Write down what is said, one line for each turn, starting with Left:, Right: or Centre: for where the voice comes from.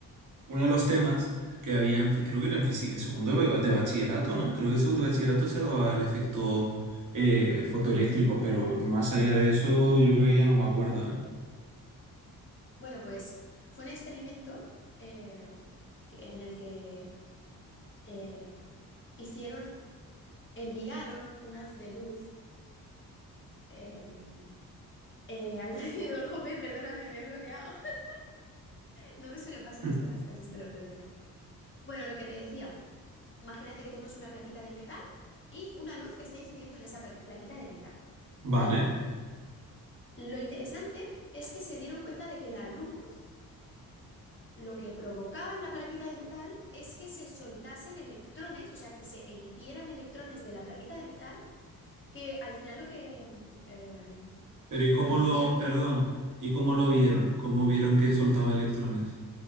Right: Uno de los temas que había, en, fi- creo que era en, fisi- en segundo de, ba- de bachillerato, ¿no? Creo que en segundo de bachillerato se daba el efecto eh, fotoeléctrico, pero más allá de eso, yo creo que ya no me acuerdo, ¿eh?
Left: Bueno, pues fue un experimento eh, que- en el que... eh, hicieron enviaron unas de luz em, eh, alrededor. <laughs> Jope, perdóname, me he bloqueado. <laughs> No me suele pasar
Right: <clears throat>
Left: esto en las
Right: <laughs>
Left: clases, te lo prometo. Bueno, lo que te decía, imagínate que tenemos una plaquita de metal y una luz que está incidiendo en esa pla- plaquita de metal,
Right: Vale,
Left: ¿vale? Lo interesante es que se dieron cuenta de que la luz lo que provocaba en la plaquita de metal es que se soltasen electrones, o sea, que se emitieran electrones de la plaquita de metal, que al final lo que mm, em,
Right: pero
Left: eh,
Right: ¿y cómo
Left: producía
Right: lo, perdón, ¿y cómo lo vieron? ¿Cómo vieron que soltaba electrones?